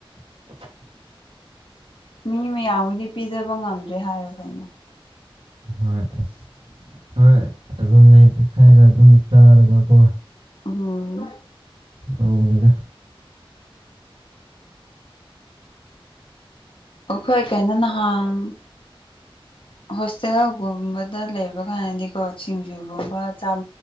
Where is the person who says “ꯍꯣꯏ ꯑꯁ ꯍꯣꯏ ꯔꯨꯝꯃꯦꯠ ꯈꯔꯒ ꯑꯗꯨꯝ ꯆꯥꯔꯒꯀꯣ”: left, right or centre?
Right